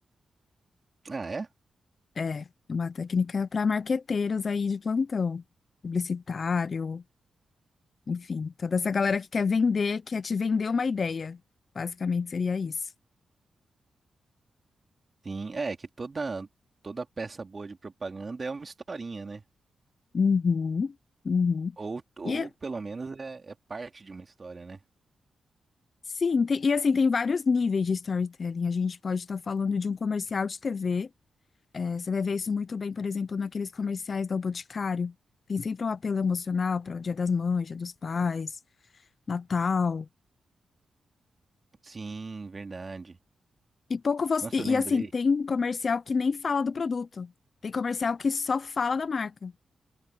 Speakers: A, on the right; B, on the left.
A: Ah, é?
B: É, é uma técnica para marqueteiros aí de plantão, publicitário, enfim, toda essa galera que quer vender, quer te vender uma ideia. Basicamente seria isso.
A: Sim, é que toda toda peça boa de propaganda é uma historinha, né?
B: Uhum, uhum.
A: Ou, ou
B: E
A: pelo menos é, é parte de uma história, né?
B: sim, tem- e assim, tem vários níveis de storytelling. A gente pode estar falando de um comercial de TV. É, você vai ver isso muito bem, por exemplo, naqueles comerciais do Boticário. Tem sempre um apelo emocional para o Dia das Mães, Dia dos Pais, Natal.
A: Sim, verdade.
B: E pouco você.
A: Nossa,
B: E,
A: eu lembrei,
B: e, assim, tem comercial que nem fala do produto. Tem comercial que só fala da marca.